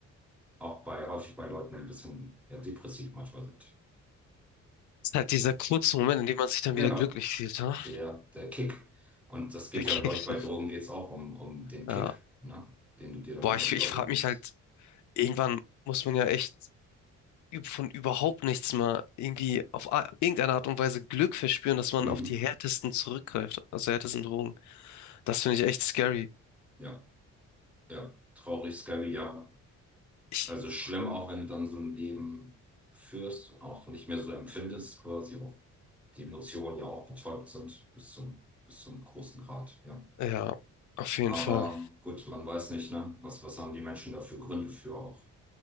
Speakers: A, in the centre; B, on the left.
A: auch bei, häufig bei Leuten, die ein bisschen ja, depressiv manchmal sind.
B: Es ist halt dieser kurze Moment, in dem man sich dann
A: Genau,
B: wieder glücklich fühlt, ha?
A: ja, der Kick. Und das geht
B: Der Kick.
A: ja, glaube ich, bei Drogen geht es auch um, um den
B: Ja.
A: Kick, ne? Den du dir dann
B: Boah,
A: immer
B: ich,
A: wieder
B: ich frage
A: holst.
B: mich halt, irgendwann muss man ja echt üb- von überhaupt nichts mehr irgendwie auf a- irgendeine Art und Weise Glück verspüren, dass man
A: Mhm.
B: auf die härtesten zurückgreift, also härtesten Drogen. Das finde ich echt scary.
A: Ja, ja, traurig, scary, ja.
B: Ich,
A: Also schlimm, auch wenn du dann so ein Leben führst, auch nicht mehr so empfindest, quasi auch die Emotionen ja auch betäubt sind bis zum, bis zum großen Grad, ja.
B: ja, auf jeden
A: Aber
B: Fall.
A: gut, man weiß nicht, ne? Was, was haben die Menschen da für Gründe für auch?